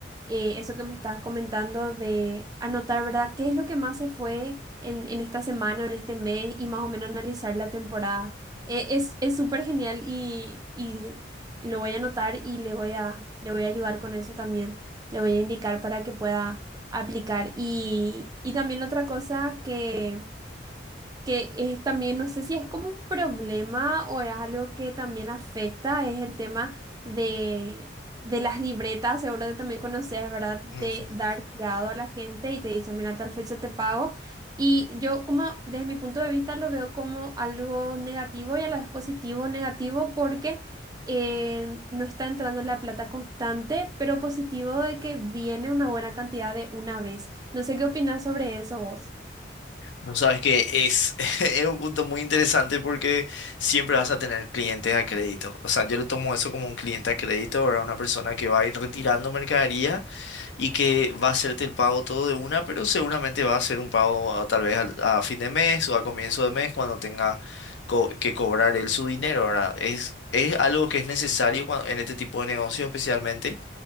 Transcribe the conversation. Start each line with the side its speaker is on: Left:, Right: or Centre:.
Right: eh, eso que me estabas comentando de anotar, ¿verdad? ¿Qué es lo que más se fue en, en esta semana, en este mes y más o menos analizar la temporada? Eh, es, es súper genial y, y lo voy a anotar y le voy a, le voy a ayudar con eso también, le voy a indicar para que pueda aplicar. Y, y también otra cosa que que es también, no sé si es como un problema o es algo que también afecta, es el tema de, de las libretas, seguro que también conoces, ¿verdad? De
Left: Ujú.
Right: dar fiado a la gente y te dicen, mira, tal fecha te pago. Y yo como desde mi punto de vista lo veo como algo negativo y a la vez positivo, negativo porque eh, no está entrando la plata constante, pero positivo de que viene una buena cantidad de una vez. No sé qué opinas sobre eso vos.
Left: Vos sabes que es, <laughs> es un punto muy interesante porque siempre vas a tener clientes a crédito. O sea, yo lo tomo eso como un cliente a crédito, ¿verdad? Una persona que va a ir retirando mercadería y que va a hacerte el pago todo de una, pero seguramente va a hacer un pago a- tal vez al- a, fin de mes o a comienzo de mes cuando tenga co- que cobrar él su dinero, ¿verdad? Es, es algo que es necesario cuando en este tipo de negocio especialmente